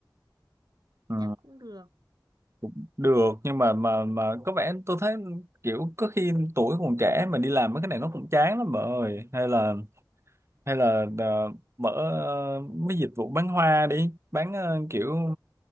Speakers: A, on the right; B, on the right.
A: Ừ.
B: chắc cũng được
A: cũng được nhưng mà mà mà có vẻ tôi thấy kiểu có khi tuổi còn trẻ mà đi làm mấy cái này nó cũng chán lắm bà ơi hay là hay là ờ, mở ờ, mấy dịch vụ bán hoa đi bán ờ, kiểu